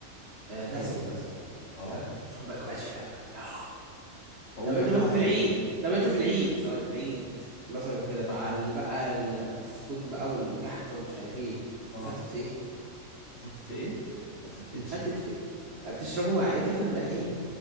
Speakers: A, on the right; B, on the left.
A: آه، دسم
B: ايوه
A: مثلا
B: اه
A: تمام شوف بقى كوبايه شاي بلبن ياه
B: اقوم
A: طب انت
B: راجع
A: مثلا
B: على
A: في العيد
B: طول
A: طب انت في العيد ثواني في العيد مثلا وكده مع ال- بقى البسكوت بقى والكحكه ومش عارف ايه بتفتت
B: اه
A: في ايه
B: وفتت في ايه ما فتتش
A: بتفتت في ايه آه، بتشربه مع ايه بتاكل مع ايه